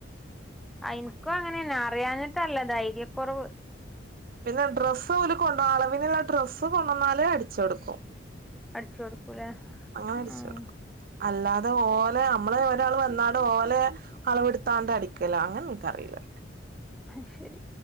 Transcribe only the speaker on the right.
പിന്നെ ഡ്രസ്സ് ഓല് കൊണ്ടോ അളവിന്ള്ള ഡ്രസ്സ് കൊണ്ടന്നാല് അടിച്ചൊട്ക്കും
അങ്ങനെ അടിശ്ശൊട്ക്കു
അല്ലാതെ ഓലെയമ്മളെ ഒരാള് വന്നാണ്ട് ഓലെ അളവ്ട്ത്താണ്ട് അടി ക്കലാ അങ്ങൻക്കറില